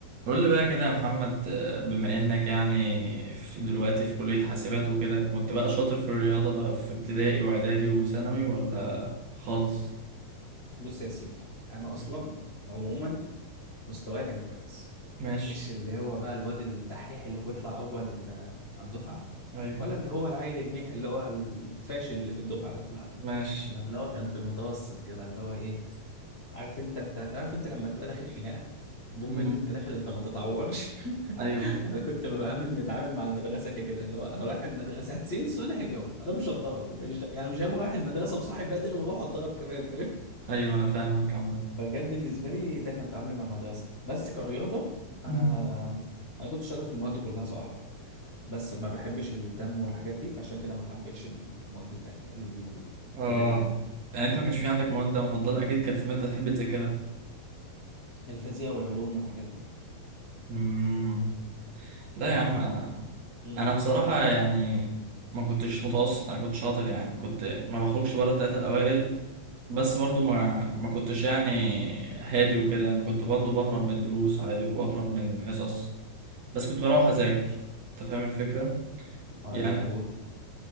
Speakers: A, on the right; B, on the left.
A: قول لي بقى كده يا محمد آه، بما انك يعني في دلوقتي في كلية حاسبات وكده كنت بقى شاطر في الرياضة بقى في ابتدائي واعدادي وثانوي ولا خالص
B: بص يا سيدي انا
A: مم.
B: اصلا عموما مستواي كان كويس
A: ماشي
B: مش اللي هو بقى الواد الدحيح اللي هو بيطلع اول آه، على الدفعه
A: ايوه
B: ولا اللي هو العيل الميح اللي هو الفاشل اللي في الدفعه ده لا
A: ماشي
B: أنا اللي هو كان في المتوسط كده اللي هو ايه عارف انت انت عارف انت لما تبقى داخل خناقه المهم
A: مم.
B: ان انت داخل انت ما تتعورش <laughs>
A: ايوه
B: انا كنت بعمل متعامل مع المدرسه كده اللي هو انا رايح المدرسه هتسال سؤال هجاوب انا مش هتضرب أنا مش يعني مش هبقى رايح المدرسه وصاحي بدري واروح اتضرب كمان فاهم
A: ايوه انا فاهمك عامة
B: فكان بالنسبة لي ده كان تعاملي مع المدرسة بس كرياضة أنا
A: مم.
B: أنا كنت شاطر في المواد كلها صراحة بس ما بحبش الدم والحاجات دي فعشان كده ما حبيتش المواد التانية ال-
A: اه
B: الكليات التانية
A: يعني انت ما كانش في عندك مواد مفضلة اكيد كان في مادة تحب تذاكرها
B: الفيزياء والعلوم والحاجات دي
A: مم. لا
B: آه
A: يا عم انا
B: ما- مم.
A: انا بصراحة يعني ما كنتش متوسط انا كنت شاطر يعني كنت ما بخرجش بره التلاتة الاوائل بس برضو ما ما كنتش يعني هادي وكده يعني كنت برضو بهرب من الدروس عادي وبهرب من الحصص بس كنت بروح اذاكر انت فاهم الفكره
B: آه
A: يعني
B: يا يهودي